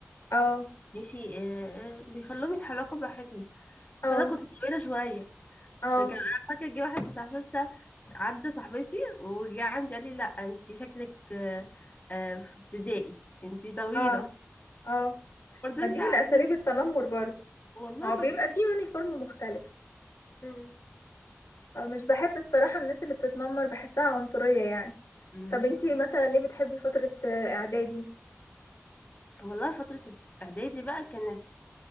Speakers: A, on the left (about 90°); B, on the left (about 35°).
A: اه
B: ماشي آه، آه، بيخلوهم يتحركوا براحتهم
A: اه
B: فانا كنت طويلة شوية
A: اه
B: فكان انا فاكر جه واحد بتاع شرطه عدى صاحبتي وجه عندي قال لي لا انت شكلك آه، آه، في ابتدائي انت طويله
A: اه اه
B: مرضيش
A: ما دي
B: يعني
A: من أساليب التنمر برضه
B: والله
A: ما
B: كنت
A: هو بيبقى فيه يونيفورم مختلف
B: مم.
A: فمش بحب بصراحة الناس اللي بتتنمر بحسها عنصرية يعني
B: مم.
A: طب انتي مثلا ليه بتحبي فترة آه، إعدادي
B: والله فتره اعدادي بقى كانت